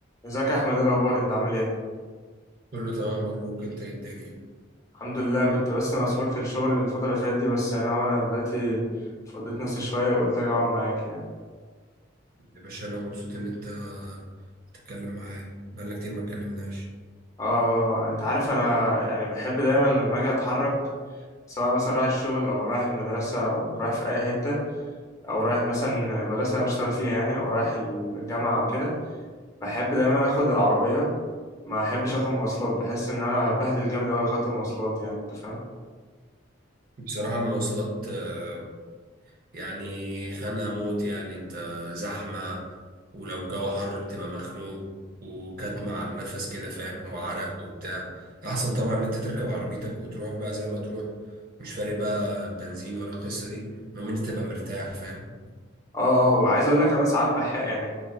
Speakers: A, on the left; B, on the right.
A: ازيك يا احمد ايه الاخبار انت عامل ايه
B: كله تمام مبروك انت ايه الدنيا
A: الحمد لله كنت بس مسحول في الشغل الفتره اللي فاتت دي بس يعني هو انا دلوقتي فضيت نفسي شويه وقلت اجي اقعد معاك يعني
B: يا باشا انا مبسوط ان انت هتتكلم معايا بقالنا كتير ما اتكلمناش
A: اه انت عارف انا يعني بحب دايما لما اجي اتحرك سواء مثلا رايح الشغل او رايح المدرسه او رايح في اي حته او رايح مثلا المدرسه اللي انا بشتغل فيها يعني او رايح الجامعه او كده بحب دايما اخد العربيه ما احبش اخد مواصلات بحس ان انا بهدل جامد اول خدت مواصلات يعني انت فاهم
B: بصراحة المواصلات آه، يعني خانقة موت يعني انت زحمة ولو الجو حر بتبقى مخنوق وكاتمة على النفس كده فاهم وعرق وبتاع احسن طبعا ان انت تركب عربيتك وتروح بقى زي ما تروح مش فارق بقى بنزين ولا القصة دي المهم ان انت تبقى مرتاح فاهم
A: اه اه وعايز اقول لك كمان ساعات بح يعني